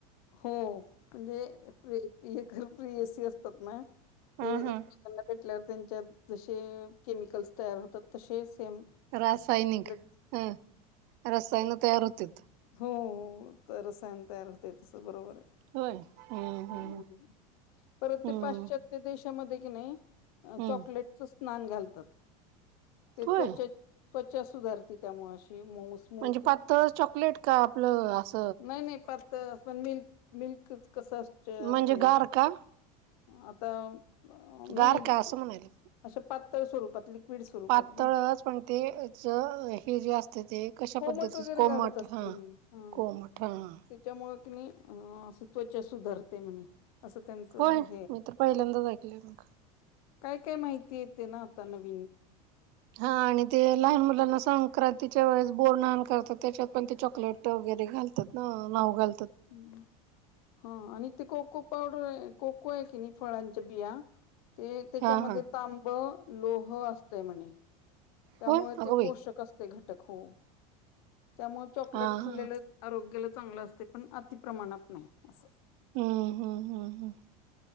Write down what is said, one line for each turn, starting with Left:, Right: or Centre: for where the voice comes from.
Left: हो. म्हणजे, प्री- प्रियकर- प्रियसी असतात ना,
Right: हा
Left: ते
Right: हा
Left: एकमेकांना भेटल्यावर, त्यांच्यात जसे केमिकल्स तयार होतात. तसेच सेम
Right: रासायनिक.
Left: चॉकलेट
Right: हं. रसायन तयार होतेत.
Left: हो. तर रसायन तयार होतेय तस. बरोबरय.
Right: होय हम्म हम्म.
Left: ह. परत
Right: हम्म
Left: ते पाश्चात्य त्य देशामध्ये कि, नाही. अ
Right: हम्म.
Left: चॉकलेटच स्नान घालतात. ते
Right: होय
Left: त्वचा, त्वचा सुधारती. त्यामुळे अशी मऊ स्मूथ
Right: म्हणजे
Left: होती.
Right: पातळच चॉकलेट का? आपलं आस
Left: नाही - नाही, पातळ. पण मिल्क मिल्कच, कसं
Right: म्हणजे
Left: असतेय.
Right: गार का?
Left: आता ब अ
Right: गार
Left: नाही.
Right: का असं म्हणाले.
Left: अशा पातळ स्वरूपात. लिक्विड स्वरूपात
Right: पातळच.
Left: ग
Right: पण ते च हे, जे असतय. ते कशा
Left: कोमट
Right: पद्धतीच.
Left: वगैरे
Right: कोमट
Left: घालत असतील
Right: ह,
Left: हा.
Right: कोमठ. हा.
Left: त्याच्यामुळे कि नाही. अं अस, त्वच्या सुधारते म्हणे. असं त्यांचं
Right: होय.
Left: हे
Right: मी तर पहिल्यांदाच ऐकलंय, मग.
Left: काय - काय माहिती येते ना, आता नवीन.
Right: हा, आणि ते लहान मुलांना संक्रांतीच्या वेळेस बोरनाण करतात. त्याच्यात पण, ते चॉकलेट वगैरे घालतात. ना. न्हाऊ घाल
Left: ह. हा आणि ते कोको पावडरय. कोकोय की नाही, फळांच्या बिया ते, त्याच्यामध्ये
Right: हा हा
Left: तांब, लोह असतय, म्हणे. त्यामुळे
Right: होय अगं
Left: ते
Right: बाई
Left: पोषक असतय घटक. हो. त्यामुळ चॉकलेट
Right: हा
Left: खाल्लेलं
Right: हा
Left: आरोग्याला चांगलं असतय. पण अति प्रमाणात नाही. असं.
Right: हम्, हम्, हम, ह.